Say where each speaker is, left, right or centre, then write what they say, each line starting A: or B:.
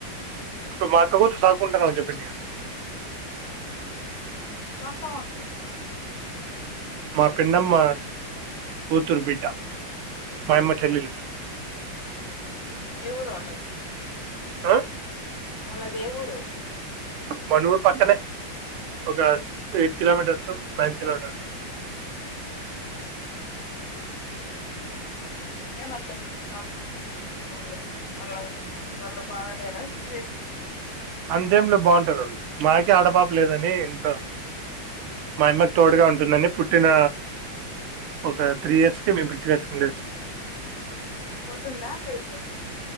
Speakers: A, on the right; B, on the left.
A: ఇప్పుడు మాక్క కూతుర్ సాగుకుంటాన్న అని జెప్పిఉంటి.
B: సొంతం అక్కుంద మీకు,
A: మా పిన్నమ్మ, కూతుర్ బిడ్డ.
B: ఆహా
A: మా అమ్మ
B: ఆహా
A: చెల్లెలు
B: ఉమ్ ఏ ఊరు అల్లాది.
A: ఆ.
B: వాళ్ళదే ఊరు?
A: మనురు పక్కనే, ఒక సి
B: పక్కనే.
A: Eight kilometres. Five kilometres.
B: ఏం అట్లా మీరు సాక్కుంటానని ప్రాబ్లం, వాళ్ళ <unintelligible> వాళ్ళు బాగాలేరా సిచ్యువేషన్.
A: అంతేంలే బాగుంటారు ఆళ్ళు. మాకే ఆడపాప లేదని ఇంట్ల.
B: ఉహుం.
A: మాయ్ అమ్మకి తోడుగా ఉంటుందని, పుట్ ట్టిన ఒక త్రీ ఇయర్స్ కి మేమ్ పిలిచిక. <unintelligible>
B: పోతుందా అక్కడికి.